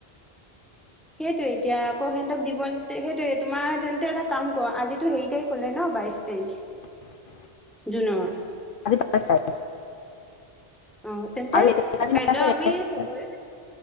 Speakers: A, in the centre; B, on the left.
A: সেইটোয়ে এতিয়া, আকৌ সিহঁতক দিব, সেইটোয়ে তোমাৰ তেন্তে এটা কাম কৰো। আজিতো হেৰি তাৰিখ হ'লে ন। বাইশ তাৰিখ।
B: <inaudible>
A: জুনৰ।
B: আজি <unintelligible>
A: অ' তেন্তে,
B: আৰু এইকেইটা দিন
A: কাইলৈ
B: আছে এইকেইটা
A: আমি চবৰে।